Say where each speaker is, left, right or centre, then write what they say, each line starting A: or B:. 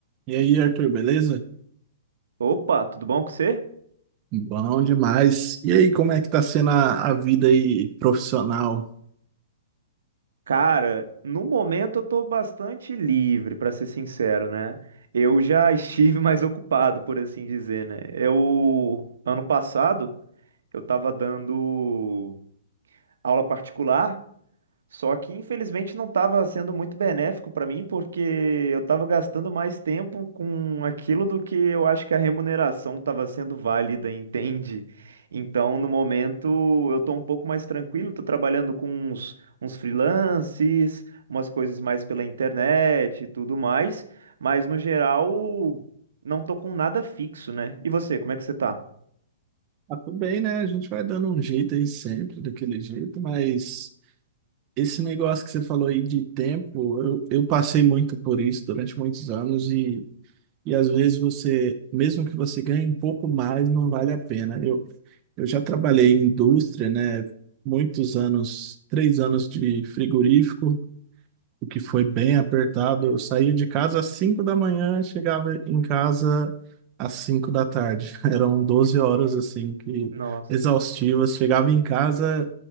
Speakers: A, on the right (about 25°); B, on the right (about 80°).
A: E aí, Arthur, beleza?
B: Opa, tudo bom com você?
A: Bom demais. E aí, como é que tá sendo a, a vida aí profissional?
B: Cara, no momento eu tô bastante livre, pra ser sincero, né? Eu já estive <laughs> mais ocupado, por assim dizer, né? Eu, ano passado, eu tava dando aula particular Só que infelizmente não estava sendo muito benéfico para mim, porque eu estava gastando mais tempo com aquilo do que eu acho que a remuneração estava sendo válida, entende? Então, no momento, eu estou um pouco mais tranquilo, estou trabalhando com uns, uns freelances, umas coisas mais pela internet e tudo mais, mas no geral, não estou com nada fixo, né? E você, como é que você tá?
A: Ah, tudo bem, né? A gente vai dando um jeito aí sempre, daquele jeito, mas esse negócio que você falou aí de tempo, eu, eu passei muito por isso durante muitos anos e, e às vezes você, mesmo que você ganhe um pouco mais, não vale a pena. Eu, eu já trabalhei em indústria, né? Muitos anos, três anos de frigorífico. o que foi bem apertado. Eu saía de casa às cinco da manhã, chegava em casa às 5 da tarde. <laughs> Eram 12 horas assim que
B: Nossa.
A: exaustivas. Chegava em casa